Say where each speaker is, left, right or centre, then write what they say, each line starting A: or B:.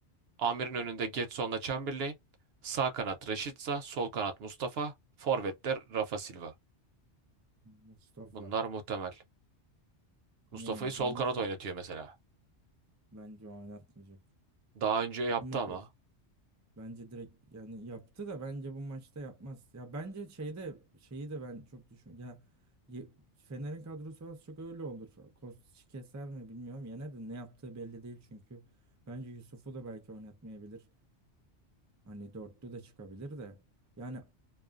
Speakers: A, on the right; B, on the right.
A: Amir'in önünde Getson'la Chamberlain. Sağ kanat Rashica, sol kanat Mustafa, forvetler Rafa Silva.
B: Mustafa.
A: Bunlar muhtemel. Mustafa'yı
B: Ya
A: sol
B: bence
A: kanat oynatıyor mesela.
B: bence oynatmayacak.
A: Daha önce yaptı
B: Immobile
A: ama.
B: bence direkt yani yaptı da bence bu maçta yapmaz. Ya bence şeyde şeyi de ben çok düşün. Ya ye- Fener'in kadrosu az çok öyle olur. Kostić keser mi bilmiyorum. Yine de ne yaptığı belli değil çünkü. Bence Yusuf'u da belki oynatmayabilir. Hani dörtlü de çıkabilir de. Yani